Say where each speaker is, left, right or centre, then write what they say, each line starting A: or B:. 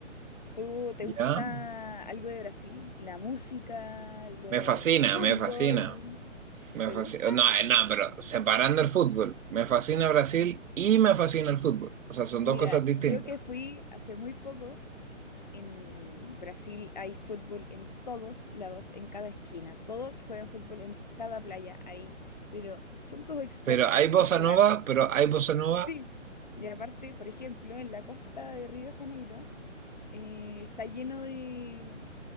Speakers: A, on the left (about 35°); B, on the right (about 80°).
A: ¿Tú te
B: ¿Ya?
A: gusta algo de Brasil? ¿La música, lo,
B: Me fascina,
A: el fútbol?
B: me fascina. Me
A: ¿Te
B: fascina.
A: gusta?
B: No, eh, no, pero separando el fútbol. Me fascina Brasil y me fascina el fútbol. O sea, son
A: Mira,
B: dos cosas distintas.
A: yo que fui hace muy poco, en Brasil hay fútbol en todos lados, en cada esquina. Todos juegan fútbol en cada playa ahí, pero son todos expertos
B: Pero hay bossa
A: en jugar.
B: nova, pero hay bossa nova.
A: Sí. Y aparte, por ejemplo, en la costa de Río de Janeiro. eh, está lleno de...